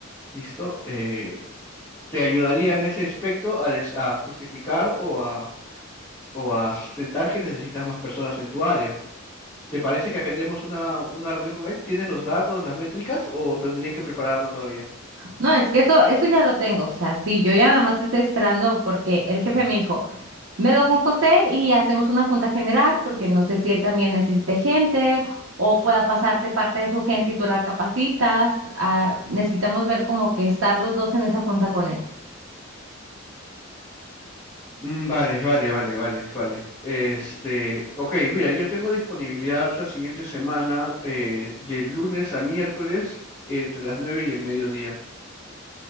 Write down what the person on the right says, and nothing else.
No, es que eso, eso ya lo tengo. O sea, sí, yo ya nada más estoy esperando porque el jefe me dijo. Me lo con José y hacemos una junta general porque no sé si él también necesite gente o pueda pasarte parte de su gente y tú la capacitas. Ah, necesitamos ver como que estar los dos en esa junta con él.